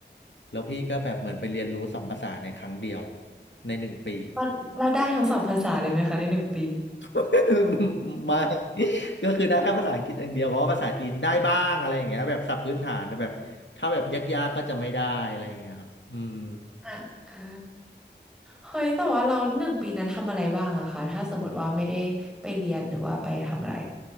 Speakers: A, on the left; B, in the centre.
A: แล้วพี่ก็แบบเหมือนไปเรียนรู้สองภาษาในครั้งเดียวในหนึ่งปี
B: เราเราได้ทั้งสองภาษาเลยไหมคะในหนึ่งปี
A: <laughs> ไม่ก็คือได้แค่ภาษาอังกฤษอย่างเดียวเพราะว่าภาษาจีนได้บ้างอะไรอย่างเงี้ยแบบศัพท์พื้นฐานแต่แบบถ้าแบบยากๆก็จะไม่ได้อะไรอย่างเงี้ยครับอืม
B: อ่าอ่าเฮ้ยแต่ว่าเราหนึ่งปีนั้นทำอะไรบ้างอะคะถ้าสมมติว่าไม่ได้ไปเรียนหรือว่าไปทำอะไร